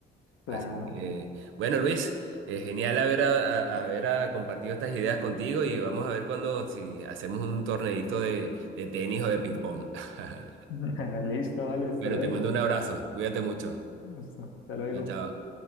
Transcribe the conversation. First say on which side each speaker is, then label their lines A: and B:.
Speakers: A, on the left; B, on the right.
A: Claro.
B: Así que, bueno, Luis, eh, genial haber, a- a- haber ah, compartido estas ideas contigo y vamos a ver cuando si hacemos un torneito de, de tenis o de ping-pong. <laughs>
A: <laughs> Listo, vale, hasta
B: Bueno,
A: luego.
B: te mando un abrazo, cuídate mucho.
A: Listo, Hasta luego.
B: Chao, chao.